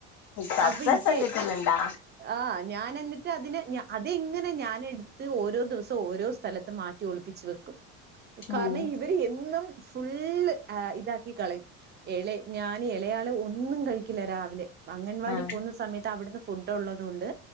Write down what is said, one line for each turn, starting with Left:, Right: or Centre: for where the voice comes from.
Left: പത്തസ്ണ്ടിട്ടന്നണ്ടാ
Right: അപ്പൊ ഇത് ആ ഞാന എന്നിട്ട് അതിനന് അതങ്ങ അെ ഞാാന എടുത്ത് ഓരോ ദിവസം ഓരോ സ്ഥലത്ത മാറ്റി ഒളിപ്പിച്ച് വെക്കും കാരണം
Left: ഉം
Right: ഇവര് എന്നും ഫുള്ള് ഇതാക്കി കളയും ഇള ഞാൻ ഇളയാള് ഒന്നും കഴിക്കില്ല രാവിലെ അംഗൻവാടി
Left: ആഹ്
Right: പോകുന്ന സമയത്ത് അവിടുന്ന് ഫുഡ് ഉള്ളത കൊണ്ട്